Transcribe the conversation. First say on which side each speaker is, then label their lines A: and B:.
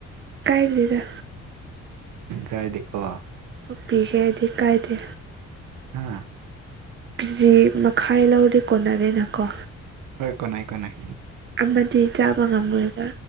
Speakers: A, on the right (about 40°); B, on the right (about 85°).
A: ꯀꯥꯏ ꯂꯤꯗ
B: ꯀꯥꯏꯗꯦꯀꯣ
A: ꯄꯨꯊꯣꯛꯄꯤꯒꯦ ꯍꯥꯏꯗꯤ ꯀꯥꯏꯗꯦ
B: ꯍ
A: ꯀꯦꯖꯤ ꯃꯈꯥꯏ ꯂꯧꯔꯗꯤ ꯀꯣꯟꯅꯔꯦꯅ ꯀꯣ
B: ꯍꯣꯏ ꯀꯣꯅꯥꯥꯏ ꯀꯣꯅꯥꯥꯏ
A: ꯑꯃꯗꯤ ꯆꯥꯕ ꯉꯝꯃꯣꯏꯒ